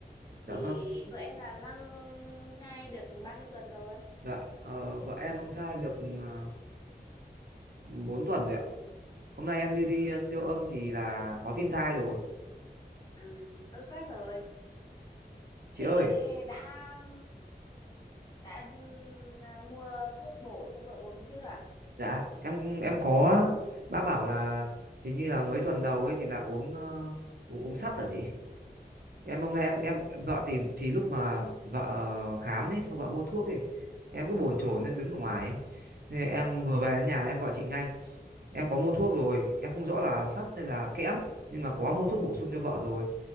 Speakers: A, on the left; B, on the right.
A: thì
B: Dạ vâng.
A: vợ em là mang thai được bao nhiêu tuần rồi
B: Dạ, ờ, vợ em mang thai được uh, 4 tuần rồi ạ. Hôm nay em đi đi
A: à
B: ờ, siêu âm thì là có tin thai rồi.
A: à tốt quá rồi
B: Chị
A: Thế
B: ơi,
A: đã đã à, mua thuốc bổ cho vợ uống chưa?
B: dạ, em em có bác bảo là
A: Ừ.
B: hình như là mấy tuần đầu ấy thì là uống ờ, uống, uống sắt hả chị? Em hôm nay em
A: Ừ.
B: em vợ thì thì lúc mà vợ ờ, khám ấy xong vợ mua thuốc ấy, em cứ bồn
A: Ừ.
B: chồn em đứng ở ngoài ấy. Nên em
A: Ừ.
B: vừa về đến nhà là em gọi chị ngay. Em có mua thuốc
A: Thế à?
B: rồi, em không rõ là sắt
A: Ừ.
B: hay là kẽm nhưng mà có mua thuốc bổ sung cho vợ rồi.